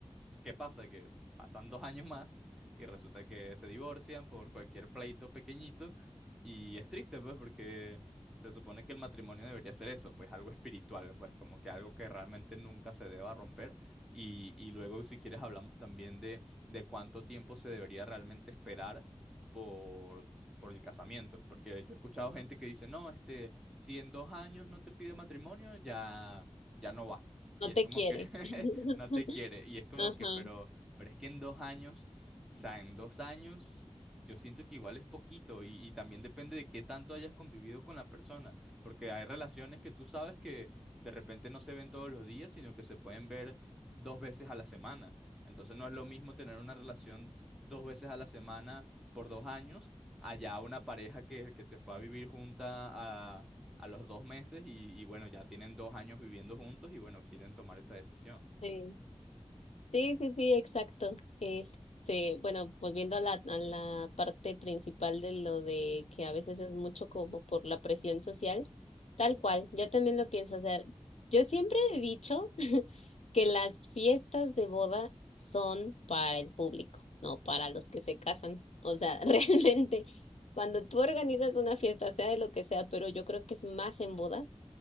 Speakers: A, in the centre; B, on the left.
A: ¿Qué pasa? Que pasan dos años más y resulta que se divorcian por cualquier pleito pequeñito y es triste, pues, porque se supone que el matrimonio debería ser eso, pues algo espiritual, pues como que algo que realmente nunca se deba romper y, y luego si quieres hablamos también de, de cuánto tiempo se debería realmente esperar por... por el casamiento, porque yo he escuchado gente que dice, no, este, si en dos años no te pide matrimonio, ya, ya no va. Y
B: No
A: es
B: te
A: como
B: quiere.
A: que <laughs>
B: <laughs>
A: no te quiere. Y es como
B: Ajá.
A: que, pero, pero es que en dos años, o sea, en dos años, yo siento que igual es poquito y, y también depende de qué tanto hayas convivido con la persona, porque hay relaciones que tú sabes que de repente no se ven todos los días, sino que se pueden ver dos veces a la semana. Entonces no es lo mismo tener una relación dos veces a la semana por dos años, allá una pareja que, que se fue a vivir junta a a los dos meses y, y bueno, ya tienen dos años viviendo juntos y bueno, quieren tomar esa decisión.
B: Sí. Sí, sí, sí, exacto. Este, bueno, volviendo a la, a la parte principal de lo de que a veces es mucho como por la presión social, tal cual, yo también lo pienso, o sea, yo siempre he dicho <laughs> que las fiestas de boda son para el público, no para los que se casan. O sea, <laughs> realmente, cuando tú organizas una fiesta, sea de lo que sea, pero yo creo que es más en boda,